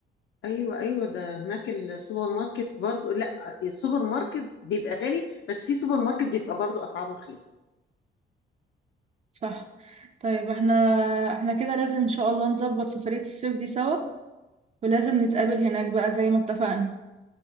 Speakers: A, on the left; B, on the right.
A: ايوه ايوه ده هناك السوبر ماركت برضو لا السوبر ماركت بيبقى غالي بس في سوبر ماركت بيبقى برضو اسعاره رخيصه
B: صح طيب احنا احنا كده لازم ان شاء الله نظبط سفرية الصيف دي سوا ولازم نتقابل هناك بقى زي ما اتفقنا